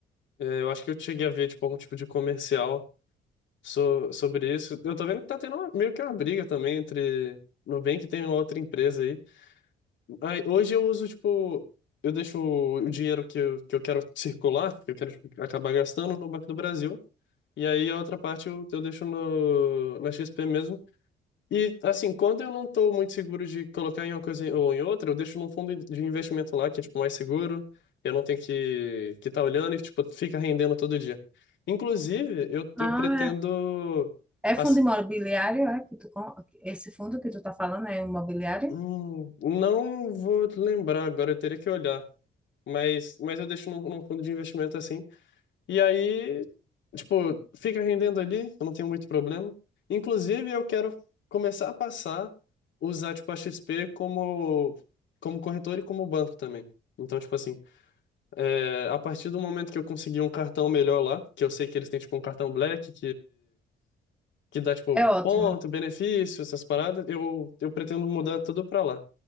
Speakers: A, on the left; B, in the centre.
A: É, eu acho que eu cheguei a ver, tipo, algum tipo de comercial so, sobre isso. Eu tô vendo que tá tendo uma- meio que uma briga também entre... Nubank e tem uma outra empresa aí Aí, hoje eu uso, tipo, eu deixo o dinheiro que eu, que eu quero circular, que eu quero tipo, acabar gastando no Banco do Brasil. E aí a outra parte eu, eu deixo no, na XP mesmo. E, assim, quando eu não tô muito seguro de colocar em uma coisa ou em outra, eu deixo num fundo de investimento lá, que é, tipo, mais seguro. Eu não tenho que que tá olhando e, tipo, fica rendendo todo dia. Inclusive, eu,
B: Ah,
A: eu pretendo...
B: É fundo
A: ass-
B: imobiliário, é que tu, com- esse fundo que tu tá falando é imobiliário?
A: Hum, não vou lembrar agora, eu teria que olhar. mas, mas eu deixo num, num fundo de investimento assim. E aí, tipo, fica rendendo ali, eu não tenho muito problema. Inclusive, eu quero começar a passar, usar, tipo, a XP como, como corretor e como banco também. Então, tipo assim, é, a partir do momento que eu conseguir um cartão melhor lá, que eu sei que eles têm, tipo, um cartão Black, que dá, tipo,
B: É ótimo.
A: ponto, benefício, essas paradas, eu, eu pretendo mudar tudo pra lá.